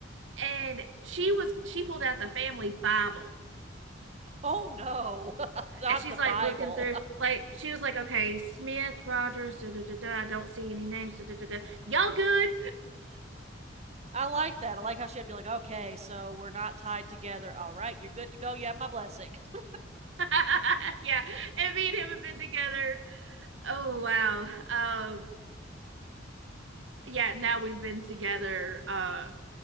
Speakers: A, on the right; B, on the right.
A: And she was she pulled out the family Bible
B: oh no, <laughs> not
A: And she's
B: the
A: like
B: Bible.
A: looking through, like she was like, okay, Smith, Rogers, da da da da. I don't see any names. Da, da, da, da. Y'all good?
B: <laughs> I like that. I like how she had to be like, okay, so we're not tied together. All right, you're good to go. You have my blessing. <laughs>
A: <laughs> yeah. And me and him have been together. Oh wow. Um, yeah, now we've been together uh